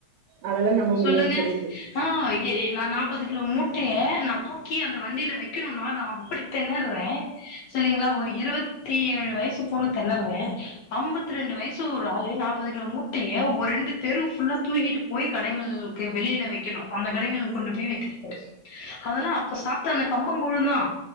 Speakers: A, on the right (about 85°); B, on the left (about 70°).
A: அதெல்லா நம்ப
B: சொல்லுங்க
A: முடியாது சகோதரி
B: ஆ எ எ நா நாப்பது கிலோ மூட்டைய நா தூக்கி அந்த வண்டியில வெ வக்கணு நா அப்டி தெணறேன் சரிங்களா ஒரு இருவத்தி ஏழு வயசு பொண்ணு தெணறேன் ஐம்பத்தி ரெண்டு வயசு ஒரு ஆள் நா முப்பது கிலோ மூட்டையை ஒரு ரெண்டு தெரு புல்லா தூக்கிட்டு போய் கடைகளுக்கு வெளியில வைக்கணு அந்த கடைங்கள கொண்டு போய் வைக்கிறாரு அதெல்லா அப்ப சாப்ட்ட அந்த கம்மகூழுதா